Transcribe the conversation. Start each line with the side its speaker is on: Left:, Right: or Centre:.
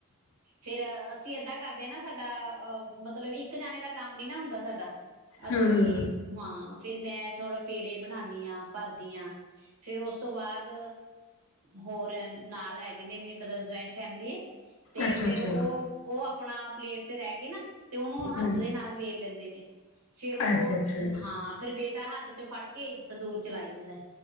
Right: ਫਿਰ <unintelligible> ਅਸੀਂ ਏਦਾਂ ਕਰਦੇ ਹਾਂ ਨਾ ਸਾਡਾ ਅਹ <unintelligible> ਮਤਲਬ ਇੱਕ ਜਾਣੇ ਦਾ ਕੰਮ ਨੀ ਨਾ ਹੁੰਦਾ ਸਾਡਾ <unintelligible> ਅਸੀਂ
Left: ਹੂੰ,
Right: ਹਾਂ ਫਿਰ ਮੈਂ ਥੋੜਾ ਪੀੜੇ ਬਣਾਉਾਨਦੀ ਹਾਂ ਭਰ <unintelligible> ਦੀਆਂ ਫੇਰ ਉਸ ਤੋਂ ਬਾਅਦ ਹੋਰ ਨਾਲ ਹੈਗੇ ਨੇ ਮਤਲਬ ਜੁਆਇੰਟ ਫੈਮਿਲੀ ਤੇ
Left: ਅੱਛਾ-ਅੱਛਾ,
Right: ਫੇਰ ਉਹ ਉਹ ਆਪਣਾ ਪਲੇਟ ਤੇ ਰਹਿ ਕੇ ਨਾ ਤੇ ਉਹਨੂੰ
Left: ਹੂੰ,
Right: ਹੱਥ ਦੇ ਨਾਲ ਲੈਂਦੇ ਨੇ ਫੇਰ ਉਹ
Left: ਅੱਛਾ-ਅੱਛਾ।
Right: ਹਾਂ, ਫੇਰ ਬੇਟੇ ਤਾਂ ਹੱਥ ਚ ਫੜ ਕੇ ਦੂਰ ਚਲਾਈ ਜਾਂਦਾ